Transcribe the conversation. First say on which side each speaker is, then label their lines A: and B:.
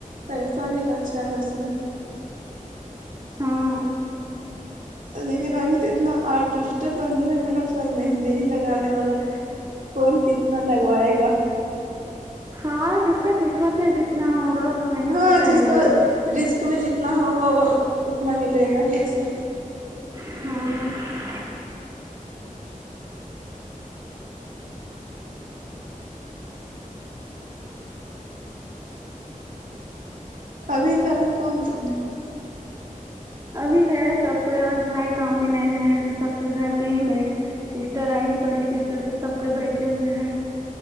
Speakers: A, on the right (about 65°); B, on the right (about 25°).
A: پیسہ بھی تو اچھا ہے اس میں ہوں
B: ہاں
A: لیکن ابھی تو اتنا آرٹسٹ بن رہے ہیں نا سب مہندی ہی لگانے والا کون کتنا لگوائے گا
B: ہاں جس کا قسمت میں جتنا ہوگا اتنا ہی
A: ہاں
B: سب کریں
A: جس کو
B: گے نا
A: رزق میں جتنا ہوگا وہ اتنا ہی ملے گا ہی اسے
B: ہاں
A: ابھی گھر میں کون کون ہے
B: ابھی میں سب کوئی آج بھائی کام میں نہیں رہے ہیں تو سب کوئی گھر میں ہی میری سسٹر آئی ہے بڑی سسٹر تو سب کو بیٹھے ہوئے ہیں